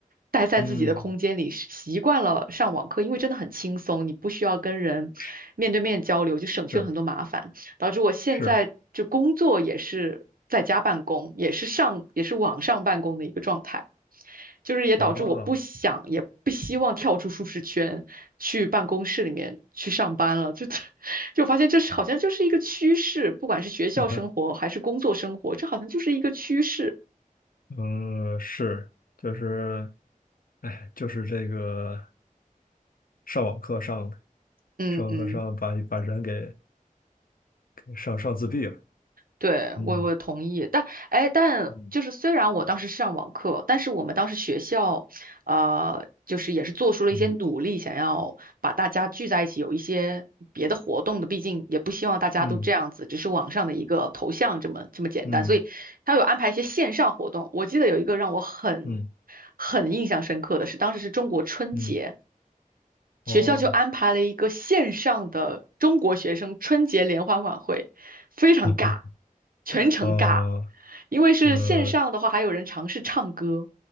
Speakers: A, on the right (about 85°); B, on the left (about 80°).
A: 待在自己的空间里，
B: 嗯，
A: 习惯了上网课，因为真的很轻松，你不需要跟人面对面交流，
B: 是
A: 就省去了很多麻烦，
B: 是
A: 导致我现在就工作也是在家办公，
B: 是，
A: 也是上也是网上办公的一个状态。就是也导致我不想也不希望跳出舒适圈，
B: 哦，
A: 去办公室里面去上班了。就 <laughs> 就发现这是好像就是一个趋势，不管是学校生活还是工作生活，
B: <laughs>
A: 这好像就是一个趋势。
B: 嗯，是，就是，哎，就是这个上网课上的，
A: 嗯嗯。
B: 上网课上把把人给给上上自闭了。
A: 对，
B: 嗯
A: 我我同意，但哎，但就是虽然我当时是上网课，
B: 嗯
A: 但是我们当时学校，呃，就是也是做出了一些努力，
B: 嗯
A: 想要把大家聚在一起，有一些别的活动的，毕竟也不希望大家都这样子，
B: 嗯
A: 只是网上的一个头像这么这么简单，
B: 嗯。
A: 所以他有安排一些线上活动。我记得有一个让我很
B: 嗯
A: 很印象深刻的是，当时是中国春节。
B: 嗯，
A: 学校就安排了一个线上的中国学生春节联欢晚会，
B: 哦，
A: 非常尬，
B: 好吧
A: 全程尬。
B: 哦，
A: 因为是线上的话，
B: 呃，
A: 还有人尝试唱歌，